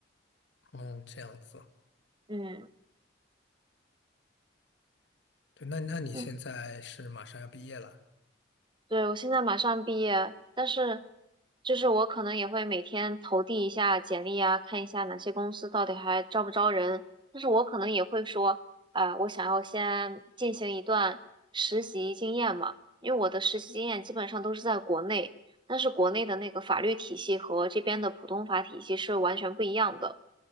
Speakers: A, on the left (about 65°); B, on the right (about 25°).
A: 哦，这样子。
B: 嗯。
A: 对，那那你现在是马上要毕业了？
B: 嗯。对，我现在马上毕业，但是就是我可能也会每天投递一下简历啊，看一下哪些公司到底还招不招人。但是我可能也会说，啊、我想要先进行一段实习经验嘛，因为我的实习经验基本上都是在国内，但是国内的那个法律体系和这边的普通法体系是完全不一样的，